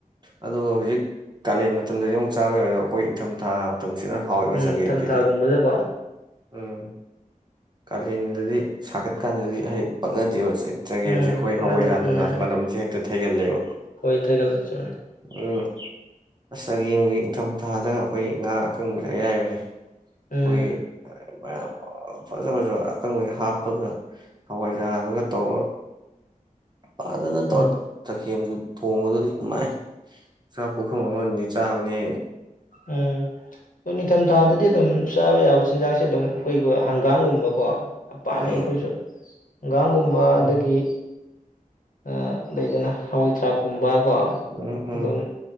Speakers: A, on the right; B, on the left.
A: ꯑꯗꯨꯒ ꯍꯧꯖꯤꯛ ꯀꯥꯂꯦꯟ ꯃꯇꯝꯗꯗꯤ ꯑꯃꯨꯛ ꯆꯥꯕ <unintelligible> ꯑꯈꯣꯏ ꯏꯪꯊꯝꯊꯥ ꯇꯝꯁꯤꯅ ꯍꯥꯎꯋꯦꯕ
B: ꯎꯝ ꯅꯤꯡꯊꯝꯊꯥꯒꯨꯝꯕꯗꯀꯣ
A: ꯆꯒꯦꯝ ꯁꯤꯗꯤ ꯎꯝ ꯀꯥꯂꯦꯟꯗꯗꯤ ꯁꯥꯒꯠꯀꯥꯟꯗꯗꯤ ꯍꯥꯏꯗꯤ ꯄꯛꯅꯗꯦꯕ ꯆꯒꯦꯝꯁꯦ
B: ꯎꯝ
A: ꯑꯈꯣꯏ
B: ꯀꯣꯟꯅꯗꯦ
A: ꯍꯋꯥꯏꯖꯥꯔ
B: ꯎꯝ
A: ꯅꯨꯡꯖꯥꯔꯁꯦ ꯃꯅꯝꯁꯦ ꯍꯦꯛꯇ ꯊꯩꯒꯜꯂꯦꯕ
B: ꯍꯣꯏ ꯊꯩꯒꯜꯂꯦ ꯆꯨꯝꯃꯦ
A: ꯎꯝ ꯑꯁ ꯆꯒꯦꯝꯒꯤ ꯏꯪꯊꯝꯊꯥꯗ ꯑꯈꯣꯏꯒꯤ ꯉꯥ ꯑꯀꯪꯕ ꯑꯌꯥꯏꯕꯁꯦ
B: ꯎꯝ
A: ꯑꯈꯣꯏꯒꯤ ꯃꯌꯥꯝ ꯐꯖ ꯐꯖꯕ ꯑꯀꯪꯕ ꯍꯥꯞꯄꯒ ꯍꯋꯥꯏꯖꯥꯔ ꯗꯨꯒ ꯇꯧꯔꯒ ꯐꯥꯖꯅ ꯇꯧꯔ
B: ꯎꯝ
A: ꯆꯒꯦꯝ ꯊꯣꯡꯕꯗꯨꯗꯤ ꯏꯃꯥꯏ ꯆꯥꯛ ꯄꯨꯈꯝ ꯑꯃꯅꯤ ꯆꯥꯕꯅꯦ
B: ꯑꯥ ꯗꯣ ꯅꯤꯡꯊꯝꯊꯥꯗꯗꯤ ꯑꯗꯨꯝ ꯆꯥꯕ ꯌꯥꯔ ꯆꯤꯟꯖꯥꯛꯁꯦ ꯑꯗꯨꯝ ꯑꯈꯣꯏ ꯍꯪꯒꯥꯝ ꯒꯨꯝꯕꯁꯦ ꯀꯣ ꯌꯥꯝ ꯄꯥꯝꯃꯦ
A: ꯎꯝ
B: ꯑꯩꯈꯣꯏꯁꯨ ꯍꯪꯒꯥꯝ ꯒꯨꯝꯕ
A: ꯎꯝ
B: ꯑꯗꯒꯤ ꯎꯝ ꯂꯩꯗꯅ ꯍꯋꯥꯏꯊ꯭ꯔꯥꯛ ꯀꯨꯝꯕ ꯀꯣ
A: ꯎꯝ ꯎꯝ
B: ꯑꯗꯨꯝ